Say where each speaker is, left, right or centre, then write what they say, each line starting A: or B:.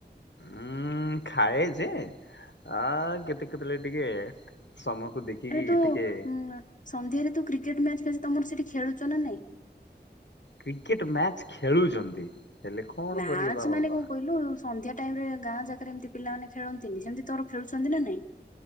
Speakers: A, on the left; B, on the left.
A: ଉଁ ଖାଇ ଯେ ଆ କେତେ କେତଳେ ଟିକେ ସମକୁ ଦେଖିକି
B: ଆରେ ତୁ
A: ଟିକେ
B: ଉଁ ସନ୍ଧ୍ୟାରେ ତୁ କ୍ରିକେଟ ମ୍ୟାଚ ତମର ସେଠି ଖେଳୁଛ ନା ନାଇଁ?
A: କ୍ରିକେଟ ମ୍ୟାଚ ଖେଳୁଛନ୍ତି। ହେଲେ କଣ
B: ନାଚ
A: କରିବା ବାବା
B: ମାନେ କଣ କହିଲୁ? ସନ୍ଧ୍ୟା ଟାଇମରେ ଗାଁ ଜାଗାରେ ଏମିତି ପିଲାମାନେ ଖେଳନ୍ତିନି ସେମିତି ତୋର ଖେଳୁଛନ୍ତି ନା ନାଇଁ?